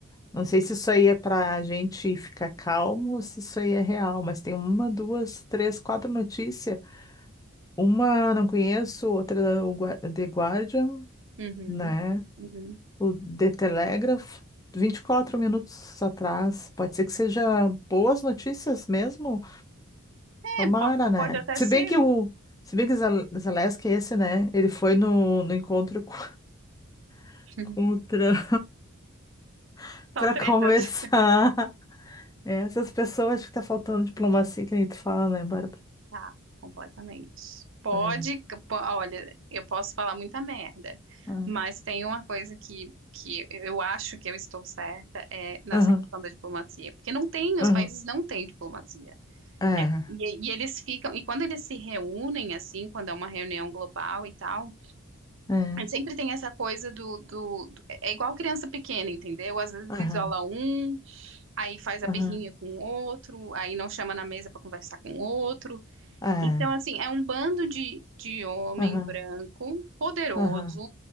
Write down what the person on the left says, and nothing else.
Não sei se isso aí é para a gente ficar calmo ou se isso aí é real, mas tem uma, duas, três, quatro notícias. Uma não conheço, outra o Gua- The Guardian,
né?
O The Telegraph. 24 minutos atrás. Pode ser que seja boas notícias mesmo?
Tomara,
né?
Se
bem que o. Se bem que o Zel- Zelensky, esse, né? Ele foi no, no encontro com <laughs>
com o Trump <laughs> pra
conversar. É, essas pessoas acho que tá faltando diplomacia, que nem tu fala, né, Bárbara?
É.
ah,
Aham,
aham.
É.
É.
Aham,
aham.
É.
Aham,
aham.